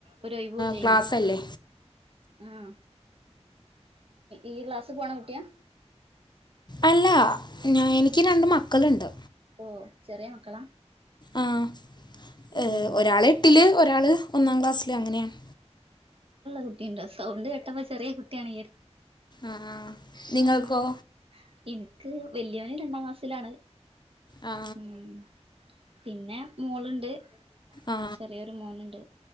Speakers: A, on the right (about 55°); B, on the left (about 40°).
A: ഒരൊഴിവൂല്ലേനി
B: ക്ലാസ്സല്ലേ
A: ആഹ് ഈ ക്ലാസ് പോണ കുട്ടിയാ
B: അല്ലാ ഞ എനിക്ക് രണ്ട് മക്കളുണ്ട്.
A: ഓ ചെറിയ മക്കളാ
B: ആഹ് ഏഹ്
A: ഉം
B: ഒരാള് എട്ടില് ഒരാള് ഒന്നാം ക്ലാസ്സില് അങ്ങനെയാണ്
A: കുട്ടിയുണ്ടോ, സൗണ്ട് കെട്ടപ്പോ ചെറിയ കുട്ടിയാണ്
B: ആഹ് നിങ്ങൾക്കോ
A: ആഹ് എനിക്ക് വല്യോന് രണ്ടാം ക്ലാസ്സിലാണ്
B: ആ
A: ഉം പിന്നെ മോളുണ്ട്.
B: ആ
A: ചെറിയൊരു മോനുണ്ട്